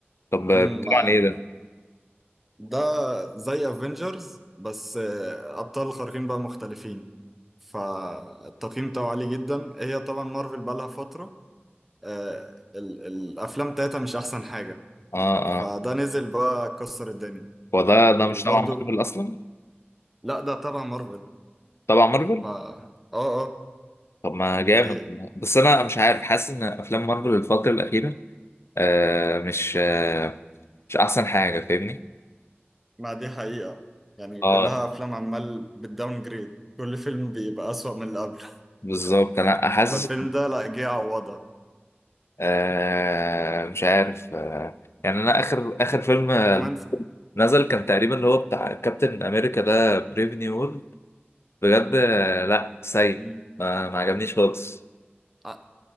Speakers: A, on the left; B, in the centre.
A: طب آه،
B: مم،
A: بيتكلم
B: ما-
A: عن ايه ده
B: ده زي افنجرز بس آه، ابطال خارقين بقى مختلفين فالتقييم بتاعه عالي جدا هي طبعا مارفل بقى لها فترة آه، ال- الافلام بتاعتها مش احسن حاجة
A: اه
B: فده
A: اه
B: نزل بقى كسر الدنيا
A: هو ده ده
B: وبرضه
A: مش تبع مارفل اصلا
B: لا ده تبع مارفل
A: تبع مارفل
B: ف اه اه
A: طب ما جامد
B: دي
A: والله. بس انا مش عارف حاسس ان افلام مارفل الفتره الاخيره آه مش آه مش احسن حاجه فاهمني
B: ما دي حقيقة يعني
A: اه
B: كلها أفلام عمال بالداون جريد كل فيلم بيبقى أسوأ من اللي قبله <laughs>
A: بالظبط
B: ف-
A: انا حاسس
B: فالفيلم ده لا جه يعوضها
A: آه مش عارف آه يعني انا اخر اخر فيلم آه،
B: كمان في...
A: نزل كان تقريبا اللي هو بتاع كابتن امريكا ده بريف نيو وورلد بجد آه، لا سيء
B: مم.
A: ما, ما عجبنيش خالص
B: أ-